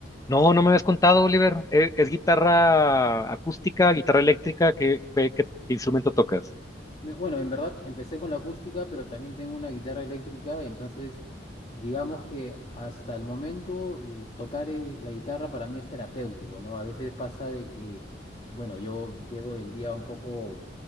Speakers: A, on the left (about 20°); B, on the left (about 35°).
A: No, no me habías contado, Oliver. ¿E- ¿Es, guitarra acústica, guitarra eléctrica? ¿Qué, qué- qué instrumento tocas?
B: Me- Bueno, en verdad empecé con la acústica, pero también tengo una guitarra eléctrica, entonces digamos que hasta el momento eh, tocar eh, la guitarra para mí es terapéutico, ¿no? A veces pasa de que, bueno, yo llego del día un poco,